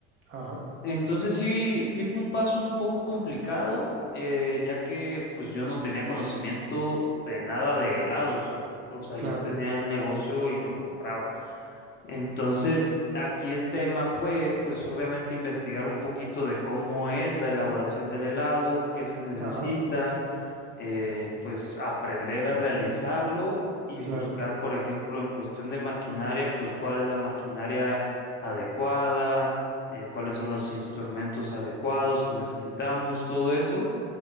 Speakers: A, on the right; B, on the left.
A: ajá,
B: Entonces sí, sí fue un paso un poco complicado, eh, ya que pues yo no tenía conocimiento de nada de helados. O sea,
A: claro,
B: yo tenía el negocio
A: a-
B: y lo compraba. Entonces aquí el tema fue pues obviamente investigar un poquito de cómo es la elaboración del helado, qué se necesita
A: ajá,
B: eh, pues aprender a realizarlo y
A: claro,
B: buscar, por ejemplo, en cuestión de maquinaria, pues cuál es la maquinaria adecuada, eh, cuáles son los instrumentos adecuados que necesitamos, todo eso.